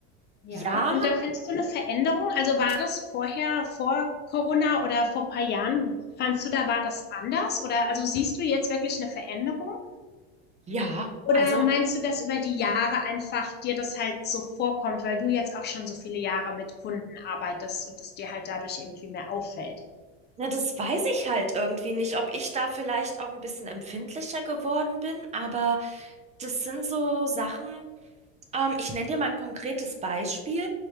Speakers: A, on the left; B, on the right.
A: Ja,
B: Ja,
A: und da findest du eine Veränderung? Also war das vorher, vor Corona oder vor ein paar Jahren, fandst du da war das anders? Oder also siehst du jetzt wirklich eine Veränderung?
B: ja,
A: Oder
B: also,
A: meinst du, dass über die Jahre einfach dir das halt so vorkommt, weil du jetzt auch schon so viele Jahre mit Kunden arbeitest und es dir halt dadurch irgendwie mehr auffällt?
B: ne, das weiß ich halt irgendwie nicht, ob ich da vielleicht auch ein bisschen empfindlicher geworden bin, aber das sind so Sachen, ähm, ich nenne dir mal ein konkretes Beispiel.